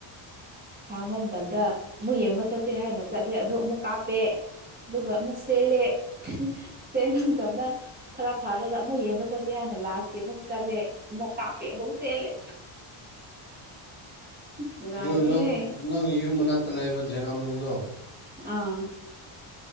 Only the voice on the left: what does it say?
ꯑꯗꯨ ꯅꯪꯒꯤ ꯌꯨꯝ ꯃꯅꯥꯛꯇ ꯂꯩꯕ ꯖꯦꯡꯉꯝꯂꯨꯡꯗꯣ